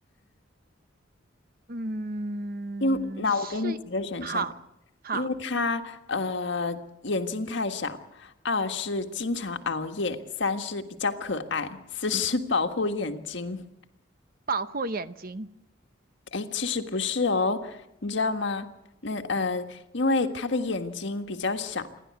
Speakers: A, on the right; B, on the left.
A: 嗯，
B: 因那我给你几个选项：
A: 是，好。好，
B: 因为他呃眼睛太小，二是经常熬夜，三是比较可爱，四是保护眼睛。
A: 保护眼睛。
B: 哎，其实不是哦，你知道吗？那呃，因为他的眼睛比较小，